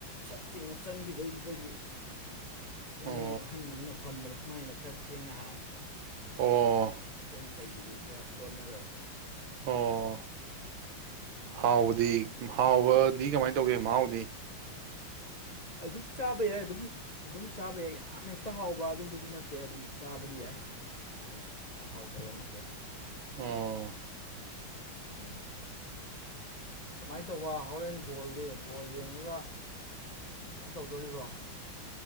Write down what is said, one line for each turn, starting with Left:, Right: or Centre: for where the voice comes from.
Left: ꯁꯠ ꯇꯤꯡꯅ ꯆꯪꯈꯤꯕꯩꯗꯨꯗꯒꯤ ꯏꯅꯦ
Right: ꯑꯣ
Left: ꯑꯍꯜ ꯑꯃꯅ ꯐꯝꯕꯗꯣ ꯃꯥꯏꯅ ꯈꯔ ꯊꯦꯡꯅ ꯍꯥꯡꯏ
Right: ꯑꯣ
Left: ꯑꯇꯩ ꯃꯈꯩꯒꯤꯗꯤ ꯈꯔ ꯂꯣꯟꯅꯈ꯭ꯔꯁꯨ
Right: ꯑꯣ
Left: ꯃꯥꯏꯅ
Right: ꯍꯥꯎꯕꯗꯤ
Left: ꯈꯔ ꯊꯦꯡꯉꯤ
Right: ꯍꯥꯎꯕꯗꯤ ꯀꯃꯥꯏꯅ ꯇꯧꯒꯦ ꯃꯍꯥꯎꯗꯤ
Left: ꯑꯗꯨꯝ ꯆꯥꯕ ꯌꯥꯏ ꯑꯗꯨꯝ ꯑꯗꯨꯝ ꯆꯥꯕ ꯌꯥꯏ ꯌꯥꯝ ꯍꯦꯛꯇ ꯍꯥꯎꯕ ꯑꯗꯨꯝꯕꯁꯨ ꯅꯠꯇꯦ ꯑꯗꯨꯝ ꯆꯥꯕꯗꯤ ꯌꯥꯏ ꯑꯗꯨꯝ ꯌꯥꯝ ꯍꯥꯎꯇꯕ ꯅꯠꯇꯦ
Right: ꯑꯣ
Left: ꯎꯝ ꯀꯃꯥꯏ ꯇꯧꯕ ꯍꯣꯔꯦꯟ ꯕꯣꯜꯗꯤ ꯕꯣꯜ ꯌꯦꯡꯉꯒ ꯀꯩꯅꯣ ꯇꯧꯗꯣꯔꯤꯔꯣ